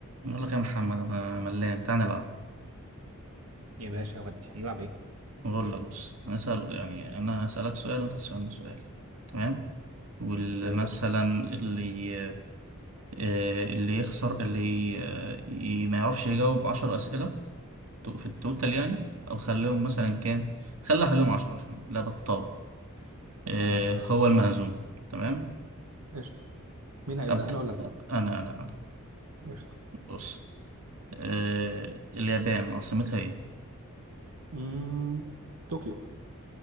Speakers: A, on the right; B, on the right.
A: أقول لك يا محمد أنا ملان تعال نلعب
B: يا باشا ودي هنلعب ايه؟
A: أقول لك بص هنسأل يعني أنا هسألك سؤال وأنت تسألني سؤال تمام ومثلا
B: زي القشطة
A: اللي آه، اللي يخسر اللي آه، ي- ما يعرفش يجاوب عشر أسئلة تو- في التوتال يعني أو خليهم مثلا كام خليها خليهم عشرة عشان لعبة الطاولة
B: تمام
A: آه،
B: زي القشطة
A: هو المهزوم تمام
B: قشطة مين هيبدأ
A: أبدأ
B: أنا ولا أنت؟
A: أنا أنا أنا
B: قشطة
A: بص آه، اليابان عاصمتها إيه؟
B: مم... طوكيو